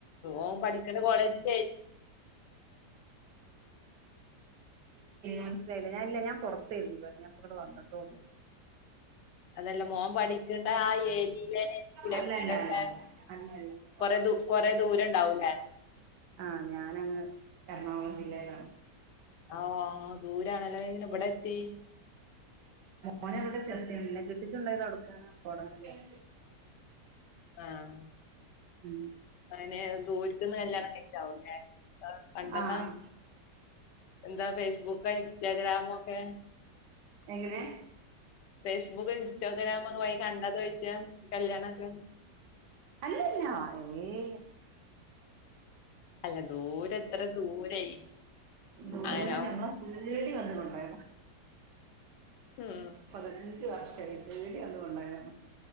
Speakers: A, on the left; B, on the right.
A: ഓ പഠിക്കുന്ന കോളേജിന്റെ <inaudible>
B: മനസ്സിലായില്ല ഞാനല്ല ഞാൻ പുറത്തുന്നത ഞാൻ ഇങ്ങടെ വന്നിട്ടോള്ളൂ
A: അതെല്ല മോൻ പഠിക്കണ്ട ആ ഏരിയയിലന്നെരീക്കല
B: അല്ല
A: വീടൊക്ക
B: അല്ല അല്ല അല്ല അല്ല അല്ല
A: കൊറ ദൂ കൊറെ ദൂരം ഉണ്ടാവൂലേ
B: ആഹ ഞാനങ്ങ് എറണാകുളം ജില്ലയിലാണ്
A: ആഹ ദൂരണല്ലേപിന്നെങ്ങനെ ഇവിടെ എത്തി
B: മോനെ അവിടെ ചെർത്തക്കണ് എന്നെ കിട്ടിച്ചുണ്ടായത് അടക്കാണ് അപ്പ അടങ്ങനെ ചേർ
A: ആഹ
B: ഉം
A: അനെ ദൂരിത്തന്ന് കല്യാണം കഴിചതവൂല്ലെ കണ്ടതാ
B: ആഹ്
A: എന്താ ഫേസ്ബുക്ക് ഇൻസ്റ്റാഗ്രാം ഒക്കെ
B: എങ്ങനെ
A: ഫേസ്ബുക്ക് ഇൻസ്റ്റാഗ്രാം ഒക്കെ വഴികണ്ടത ചോദിച്ച കല്യാണംക്കെ
B: അല്ലല്ല ഏ
A: അല്ല ദൂരെ എത്ര ദൂരെ
B: എന്തല
A: അങ്ങനാവും
B: ഞമ്മള തേടി വന്നതാ
A: ഉം
B: പതിനഞ്ച് വർഷ ശരി പേടി ഒന്നും കൊണ്ടായാ